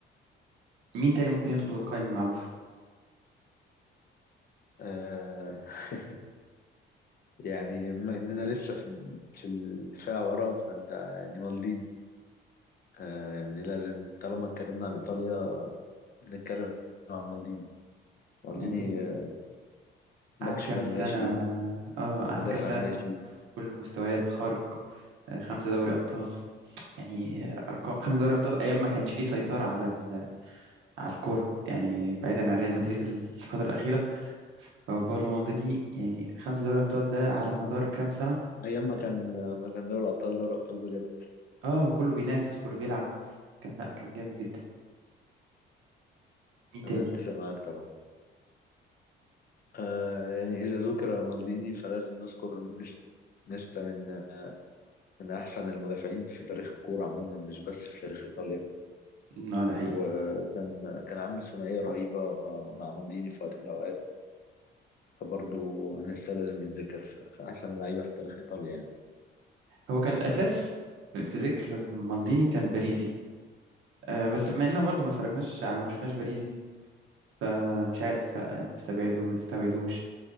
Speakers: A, on the right; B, on the left.
A: مين تاني ممكن يدخل القائمه مع بوفون
B: آه <laughs> يعني بما إننا لسه في في الدفاع وراه فأنت يعني مالديني آه يعني لازم طالما اتكلمنا عن إيطاليا نتكلم عن مالديني مالديني
A: مالديني
B: باك
A: قعد
B: شمال
A: كام سنه
B: ماشي
A: اه
B: مدافع
A: قعد كام سنه
B: ماشي
A: في كل المستويات خارق آه، خمسة دوري أبطال يعني آه، أرقام خمسة دوري أبطال أيام ما كانش فيه سيطرة على ال... على الكورة يعني بعيدا عن ريال مدريد الفترة الأخيرة هو باولو مالديني يعني خمسة دوري أبطال ده على مدار كام سنة
B: ايام ما كان ما كان دوري الابطال دوري ابطال بجد
A: اه كله بينافس وكله بيلعب كان لا كان جامد جدا مين تاني
B: انا اتفق معاك طبعا آه يعني اذا ذكر مالديني فلازم نذكر نيستا نيستا من من احسن المدافعين في تاريخ الكوره عموما مش بس في تاريخ ايطاليا
A: مم، اه ده حقيقي
B: وكان كان عامل ثنائيه رهيبه مع مالديني في وقت من الاوقات فبرضه نيستا لازم يتذكر في في احسن اللعيبه في تاريخ ايطاليا يعني
A: هو كان الأساس في ذكر مالديني كان باريزي آه بس بما إننا برضه ما اتفرجناش على ما شفناش باريزي آه مش عارف آه، نستبعده ما نستبعدوش